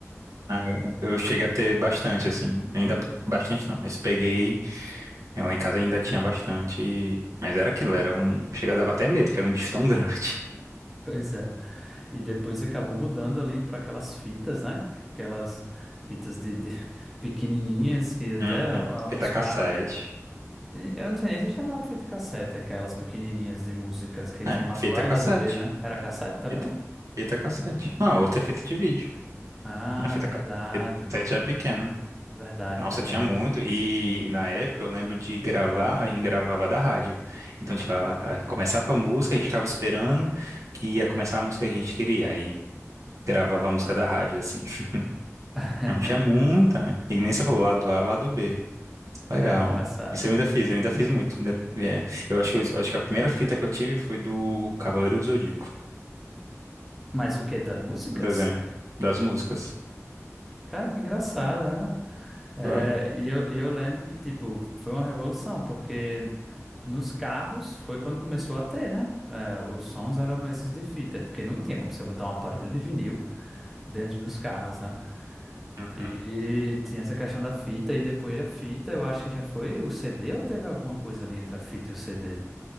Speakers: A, on the right; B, in the centre.
A: Ah, Eu cheguei a ter bastante, assim, ainda bastante não, mas peguei, eh, lá em casa ainda tinha bastante, e- mas era aquilo, era um, chega, dava até medo, que era um bicho tão <laughs> grande.
B: Pois é. E depois acabou mudando ali para aquelas fitas, né? Aquelas fitas de, de <laughs> pequenininhas que até
A: Uhum.
B: ah,
A: Fita
B: os
A: cassete,
B: carros. Eu não sei nem se chamava fita cassete, aquelas pequenininhas de músicas que tinham
A: é,
B: lado
A: fita
B: A
A: cassete,
B: e lado B, né? Era cassete também?
A: fita, fita cassete. Não, outra é fita de vídeo,
B: Ah,
A: a fita,
B: verdade.
A: ca- fita cassete era pequena.
B: Verdade,
A: Nossa,
B: verdade.
A: tinha muito, e na época eu lembro de gravar, a gente gravava da rádio. Então, tipo, a- a- começava a música, a gente ficava esperando que ia começar a música que a gente queria, aí gravava a música da rádio, assim. <laughs>
B: <laughs>
A: Não tinha muita. E nem você falou lado A, lado B. Legal.
B: Era engraçado.
A: Isso eu ainda fiz, eu ainda fiz muito. É, eu acho que, eu acho que a primeira fita que eu tive foi do Cavaleiro do Zodíaco,
B: Mas o que das músicas?
A: do desenho, das músicas.
B: Cara, que engraçado, né? É,
A: Foi.
B: e eu, eu lembro que, tipo, foi uma revolução, porque nos carros foi quando começou a ter, né? É, os sons eram esses de fita, porque não tinha como você botar um aparelho de vinil dentro dos carros, né?
A: Uhum.
B: E tinha essa questão da fita, e depois da fita, eu acho que já foi o CD ou teve alguma coisa ali entre a fita e o CD?